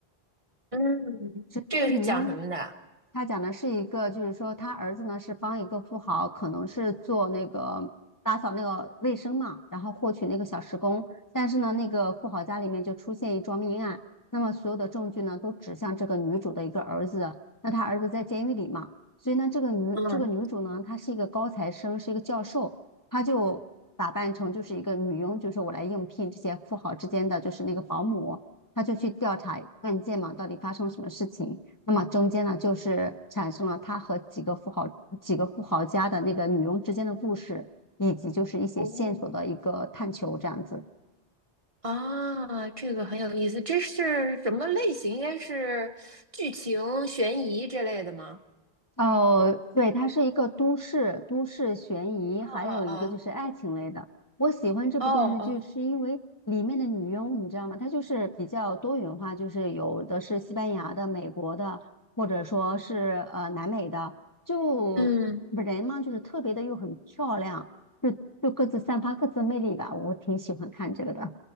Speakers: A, on the right; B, on the left.
A: 嗯，
B: 直接女佣，
A: 这个是讲什么的？
B: 她讲的是一个，就是说她儿子呢是帮一个富豪，可能是做那个打扫那个卫生嘛，然后获取那个小时工，但是呢，那个富豪家里面就出现一桩命案，那么所有的证据呢都指向这个女主的一个儿子，那她儿子在监狱里嘛，所以呢，这个女这个女主呢，
A: 嗯，
B: 她是一个高材生，是一个教授，她就打扮成就是一个女佣，就是我来应聘这些富豪之间的就是那个保姆。他就去调查案件嘛，到底发生什么事情。那么中间呢，就是产生了他和几个富豪、几个富豪家的那个女佣之间的故事，以及就是一些线索的一个探求，
A: 哦
B: 这样子。
A: 啊，这个很有意思，这是什么类型？应该是剧情、悬疑这类的吗？
B: 哦，对，它是一个都市都市悬疑，还有一个就是爱情类的。
A: 哦哦
B: 我喜欢这部电视剧是因为里面的女佣，
A: 哦哦哦，
B: 你知道吗？她就是比较多元化，就是有的是西班牙的、美国的，或者说是呃南美的，就人嘛，
A: 嗯，
B: 就是特别的又很漂亮，就就各自散发各自的魅力吧。我挺喜欢看这个的